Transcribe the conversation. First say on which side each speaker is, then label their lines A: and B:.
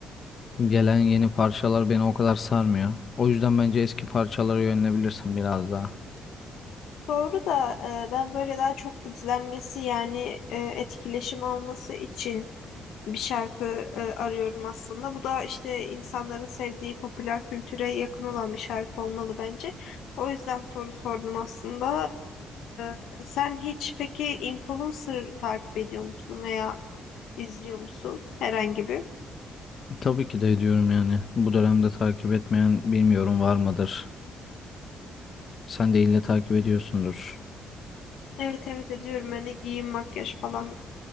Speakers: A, on the left; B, on the left.
A: gelen yeni parçalar beni o kadar sarmıyor. O yüzden bence eski parçalara yönelebilirsin biraz daha.
B: Doğru da e, ben böyle daha çok izlenmesi yani e, etkileşim alması için bir şarkı e, arıyorum aslında. Bu da işte insanların sevdiği popüler kültüre yakın olan bir şarkı olmalı bence. O yüzden soru sordum aslında. E, sen hiç peki influencer takip ediyor musun veya izliyor musun herhangi bir?
A: Tabii ki de ediyorum yani. Bu dönemde takip etmeyen bilmiyorum var mıdır? Sen de ille takip ediyorsundur.
B: Evet evet ediyorum. Hani giyim, makyaj falan